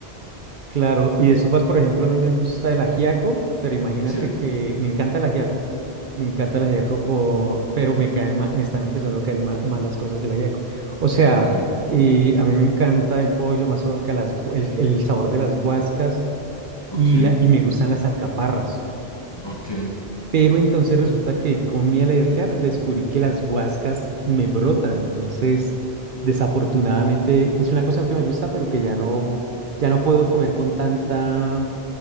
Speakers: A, on the right; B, on the left.
A: Claro, y de sopas, por ejemplo, a mí me gusta el ajiaco, pero imagínate
B: Sí,
A: que me encanta el ajiaco. Me encanta el ajiaco, con, pero me caen ma- me están empezando a caer ma- mal las cosas del ajiaco. O sea,
B: ok,
A: eh, a mí me encanta el pollo, mazorca, las, gu- el, el sabor de las guascas
B: ok,
A: y, la, y me gustan las alcaparras.
B: ok.
A: Pero entonces resulta que con mi alergia descubrí que las guascas me brotan. Entonces, desafortunadamente, es una cosa que me gusta, pero que ya no, ya no puedo comer con tanta